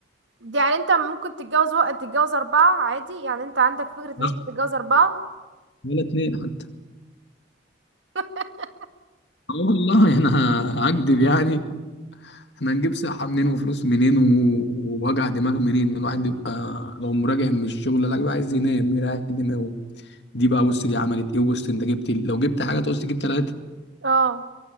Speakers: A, on the right; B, on the left.
A: يعني انت ممكن تتجوز وقت تتجوز أربعة عادي يعني انت عندك فكرة ان
B: لا
A: انت تتجوز أربعة
B: ولا اتنين حتى
A: <laughs>
B: اه والله <laughs> انا هكدب يعني احنا هنجيب صحه منين وفلوس منين و- ووجع دماغ منين الواحد بيبقى لو مراجع من الشغل لا بيبقى عايز ينام يريح دماغه دي بقى بص دي عملت ايه وبص انت جبت ال- لو جبت حاجه تقص تجيب ثلاثه
A: اه